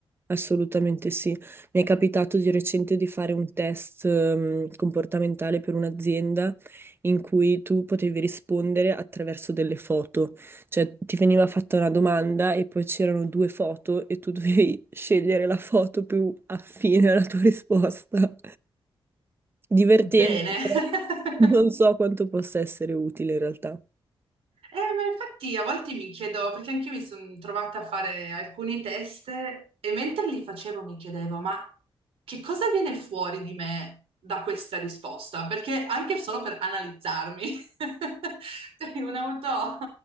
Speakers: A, on the right; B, on the right.
A: Assolutamente sì. Mi è capitato di recente di fare un test ehm, comportamentale per un'azienda in cui tu potevi rispondere attraverso delle foto, cioè ti veniva fatta una domanda e poi c'erano due foto e tu dovevi <laughs> scegliere la foto più affine alla tua risposta. Divertente,
B: Bene.
A: però
B: <laughs>
A: non so quanto possa essere utile in realtà.
B: Eh, ma infatti a volte mi chiedo, perché anch'io mi sono trovata a fare alcuni test e mentre li facevo mi chiedevo, ma che cosa viene fuori di me da questa risposta? Perché anche solo per analizzarmi, <laughs> Cioè, un'auto-